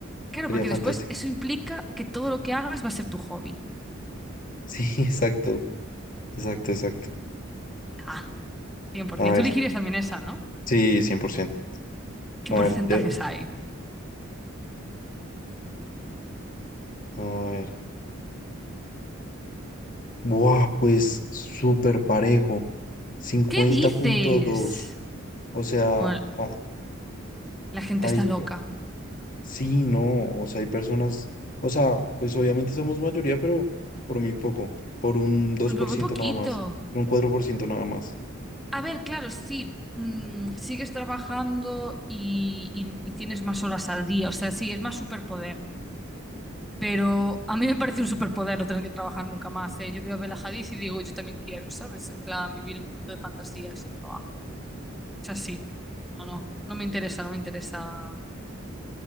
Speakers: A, in the centre; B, on the left.
A: Claro,
B: Sería
A: porque
B: fantástico.
A: después eso implica
B: <laughs>
A: que todo lo que hagas va a ser tu hobby.
B: Sí, exacto, exacto, exacto.
A: La A, cien por
B: A
A: ciento.
B: ver,
A: Tú elegirías también esa, ¿no?
B: sí, cien por ciento
A: ¿Y qué
B: A
A: porcentajes
B: ver, te-
A: hay?
B: a ver. Buah, pues súper parejo. cincuenta
A: ¿Qué dices?
B: punto dos O sea,
A: Bueno,
B: a-
A: la gente
B: hay,
A: está loca.
B: Sí, no, o sea, hay personas, o sea, pues obviamente somos mayoría, pero por muy poco, por un dos
A: Pues
B: por
A: pero muy
B: ciento
A: poquito.
B: nada más, un 4% nada más.
A: A ver, claro, sí, mm, sigues trabajando y, y- y tienes más horas al día. O sea, sí, es más superpoder. Pero a mí me parece un superpoder no tener que trabajar nunca más, ¿eh? Yo veo a Bella Hadid y digo, yo también quiero, ¿sabes? En plan, vivir en un mundo de fantasía sin trabajo. O sea, sí. No, no, no me interesa, no me interesa. No. O